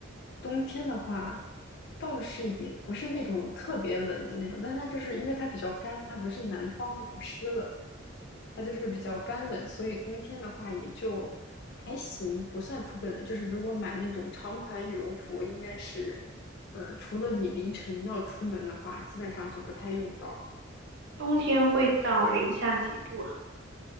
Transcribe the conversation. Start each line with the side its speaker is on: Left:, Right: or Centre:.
Left: 冬天的话，倒是也不是那种特别冷的那种，但它就是因为它比较干，它不是南方那种湿冷，它就是比较干冷，所以冬天的话也就还行，不算特别冷。就是如果买那种长款羽绒服，应该是。呃，除了你凌晨要出门的话，基本上是不太用到。
Right: 冬天会到零下几度啊？